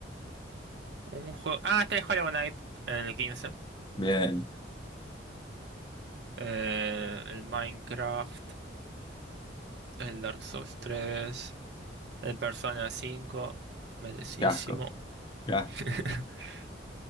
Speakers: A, on the right (about 60°); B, on the left (about 25°).
A: Un juego. Ah, está el Hollow Knight en el quince
B: Bien,
A: Eh, el Minecraft. El Dark Souls tres El Persona cinco Merecidísimo.
B: qué asco, qué asco,
A: <laughs>